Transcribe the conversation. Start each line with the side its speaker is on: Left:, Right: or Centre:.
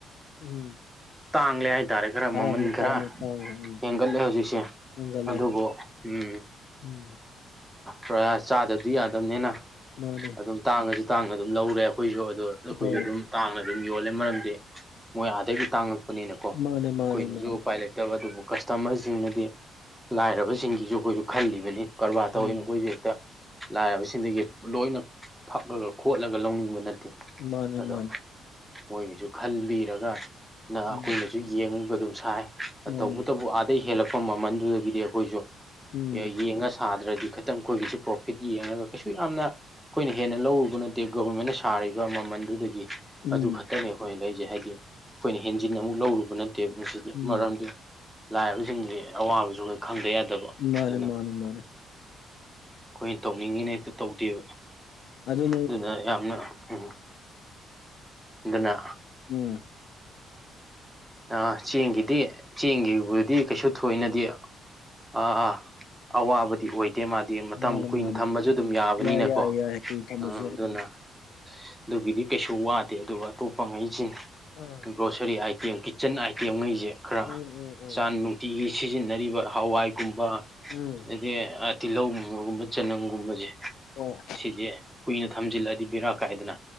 Left: ꯎꯝ
Centre: ꯇꯥꯡꯂꯦ ꯍꯥꯏ ꯍꯥꯏꯇꯥꯥꯔꯦ ꯈꯔ
Left: ꯇꯥꯡꯉꯦ
Centre: ꯃꯃꯟ ꯈꯔ
Left: ꯇꯥꯡꯉꯦ ꯇꯥꯡꯉꯦ ꯎꯝ
Centre: ꯍꯦꯟꯒꯠꯂꯦ ꯍꯧꯖꯤꯛꯁꯦ
Left: ꯍꯦꯟꯒꯠꯂꯦ
Centre: ꯑꯗꯨꯕꯨ ꯎꯝ
Left: ꯎꯝ
Centre: ꯄꯨꯔꯥ ꯆꯥꯗꯕꯗꯤ ꯌꯥꯗꯕꯅꯤꯅ
Left: ꯃꯥꯅꯦ
Centre: ꯑꯗꯨꯝ ꯇꯥꯡꯉꯁꯨ ꯇꯥꯡꯉ ꯑꯗꯨꯝ ꯂꯧꯔꯦ ꯑꯩꯈꯣꯏꯁꯨ ꯑꯗꯨꯗꯣ ꯑꯩꯈꯣꯏꯁꯨ
Left: ꯍꯣꯏ
Centre: ꯑꯗꯨꯝ ꯇꯥꯡꯅ ꯑꯗꯨꯝ ꯌꯣꯜꯂꯦ ꯃꯔꯝꯗꯤ ꯃꯣꯏ ꯑꯥꯗꯒꯤ ꯇꯥꯡꯉꯛꯄꯅꯤꯅꯀꯣ ꯑꯩꯈꯣꯏꯅꯁꯨ
Left: ꯃꯥꯅꯦ ꯃꯥꯅꯦ ꯃꯥꯅꯦ
Centre: ꯎꯄꯥꯏ ꯂꯩ ꯠꯇꯕ ꯑꯗꯨꯕꯨ ꯀꯁꯇꯃꯔꯁꯤꯡꯅꯗꯤ ꯂꯥꯏꯔꯕꯁꯤꯡꯒꯤꯁꯨ ꯑꯩꯈꯣꯏꯁꯨ ꯈꯜꯂꯤꯕꯅꯤ ꯀꯔꯕꯥꯔ ꯇꯧꯋꯏꯅ
Left: ꯎꯝ
Centre: ꯑꯩꯈꯣꯏꯁꯨ ꯍꯦꯛꯇ ꯂꯥꯏꯔꯕꯁꯤꯡꯗꯒꯤ ꯂꯣꯏꯅ ꯊꯛꯑꯒ ꯈꯣꯠꯂꯒ ꯂꯧꯅꯤꯡꯕ ꯅꯠꯇꯦ
Left: ꯃꯥꯅꯦ
Centre: ꯑꯗꯣ
Left: ꯃꯥꯅꯦ
Centre: ꯃꯣꯏꯒꯤꯁꯨ ꯈꯟꯕꯤꯔꯒ ꯅ
Left: ꯎꯝ
Centre: ꯑꯩꯈꯣꯏꯅꯁꯨ ꯌꯦꯡꯉꯒ ꯑꯗꯨꯝ ꯁꯥꯏ
Left: ꯃꯥꯅꯦ
Centre: ꯇꯧꯕꯇꯕꯨ ꯑꯥꯗꯒꯤꯩ ꯍꯦꯜꯂꯛꯄ ꯃꯃꯜꯗꯨꯗꯒꯤꯗꯤ ꯑꯩꯈꯣꯏꯁꯨ
Left: ꯎꯝ
Centre: ꯌꯦꯡꯉ ꯁꯥꯗ꯭ꯔꯗꯤ ꯈꯤꯇꯪ ꯑꯩꯈꯣꯏꯒꯤꯁꯨ ꯄ꯭ꯔꯣꯐꯤꯠ ꯌꯦꯡꯉꯒ ꯀꯩꯁꯨ ꯌꯥꯝꯅ ꯑꯩꯈꯣꯏꯅ ꯍꯦꯟꯅ ꯂꯧꯔꯨꯕ ꯅꯠꯇꯦ ꯒꯣꯕꯔꯃꯦꯟꯅ ꯁꯥꯔꯤꯕ ꯃꯃꯜꯗꯨꯗꯒꯤ
Left: ꯎꯝ
Centre: ꯑꯗꯨ ꯈꯛꯇꯅꯦ ꯑꯩꯈꯣꯏꯅ ꯂꯩꯖꯩ ꯍꯥꯏꯗꯤ ꯑꯩꯈꯣꯏꯅ ꯍꯦꯟꯖꯤꯟ ꯑꯃꯨꯛ ꯂꯧꯔꯨꯕ ꯅ ꯇꯦꯕꯁꯤꯗꯤ
Left: ꯎꯝ
Centre: ꯃꯔꯝꯗꯤ ꯂꯥꯏꯔꯕꯁꯤꯡꯒꯤ ꯑꯋꯥꯕꯁꯨ ꯑꯩꯈꯣꯏ ꯈꯪꯗ ꯌꯥꯗꯕ
Left: ꯃꯥꯅꯦ
Centre: ꯑꯗꯨꯅ
Left: ꯃꯥꯅꯦ ꯃꯥꯅꯦ
Centre: ꯑꯩꯈꯣꯏꯅ ꯇꯧꯅꯤꯡꯉꯤꯅ ꯍꯦꯛꯇ ꯇꯧꯗꯦꯕ
Left: ꯑꯗꯨ
Centre: ꯑꯗꯨꯅ ꯌꯥꯝꯅ ꯎ ꯑꯗꯨꯅ
Left: ꯎꯝ
Centre: ꯑꯥ ꯆꯦꯡꯒꯤꯗꯤ ꯆꯦꯡꯒꯤꯕꯨꯗꯤ ꯀꯩꯁꯨ ꯊꯣꯏꯅꯗꯤ ꯑꯥ ꯑꯥ ꯑꯋꯥꯕꯗꯤ ꯑꯣꯏꯗꯦ ꯃꯥꯗꯤ ꯃꯇꯝ
Left: ꯃꯥꯅꯦ
Centre: ꯀꯨꯏꯅ
Left: ꯃꯥꯅꯦ
Centre: ꯊꯝꯕꯁꯨ ꯑꯗꯨꯝ ꯌꯥꯕꯅꯤꯅꯀꯣ
Left: ꯌꯥꯏ ꯌꯥꯏ ꯌꯥꯏ ꯀꯨꯏꯅ ꯊꯝꯃꯁꯨ
Centre: ꯑ
Left: ꯌꯥꯏ
Centre: ꯑꯗꯨꯅ ꯑꯗꯨꯒꯤꯗꯤ ꯀꯩꯁꯨ ꯋꯥꯗꯦ ꯑꯗꯨꯒ ꯑꯇꯣꯞꯄ ꯉꯩꯁꯤꯅ
Left: ꯎꯝ
Centre: ꯒ꯭ꯔꯣꯁꯔꯤ ꯑꯥꯏꯇꯦꯝ ꯏꯆꯟ ꯑꯥꯏꯇꯦꯝꯈꯩꯁꯦ ꯈꯔ
Left: ꯎꯝ ꯎꯝ ꯎꯝ
Centre: ꯆꯥꯟ
Left: ꯎꯝ
Centre: ꯅꯨꯡꯇꯤꯒꯤ ꯁꯤꯖꯤꯟꯅꯔꯤꯕ ꯍꯋꯥꯏꯒꯨꯝꯕ
Left: ꯎꯝ
Centre: ꯑꯗꯗꯤ ꯇꯤꯜꯍꯧꯒꯨꯝꯕꯒꯨꯝꯕ ꯆꯅꯝꯒꯨꯝꯕꯁꯦ
Left: ꯍꯣꯏ
Centre: ꯁꯤꯁꯦ ꯀꯨꯏꯅ ꯊꯝꯖꯤꯜꯂꯗꯤ ꯕꯤꯔꯥ ꯀꯥꯏꯗꯅ